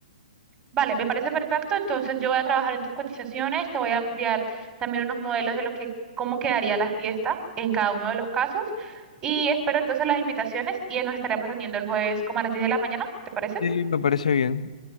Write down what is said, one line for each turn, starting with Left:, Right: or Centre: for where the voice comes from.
Right: Vale, me parece perfecto. Entonces yo voy a trabajar en tus cotizaciones, te voy a enviar también unos modelos de lo que, cómo quedaría la fiesta en cada uno de los casos. Y espero entonces las invitaciones y nos estaremos reuniendo el jueves como a las 10 de la mañana, ¿te parece?
Left: Sí, me parece bien.